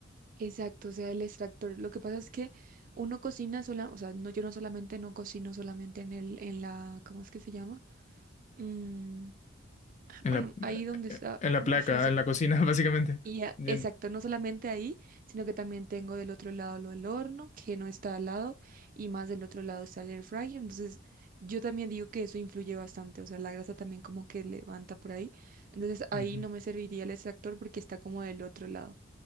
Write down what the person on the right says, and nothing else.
Exacto, o sea, el extractor. Lo que pasa es que uno cocina sola, o sea, no, yo no solamente no cocino solamente en el, en la, ¿cómo es que se llama? Mm,
bueno,
ahí
donde
está,
no,
ay, no sé
Y a-
exacto, no solamente ahí, sino que también tengo del otro lado lo del horno, que no está al lado, y más del otro lado está el air fryer. Entonces, yo también digo que eso influye bastante, o sea, la grasa también como que levanta por ahí. Entonces, ahí
no me serviría el extractor porque está como del otro lado.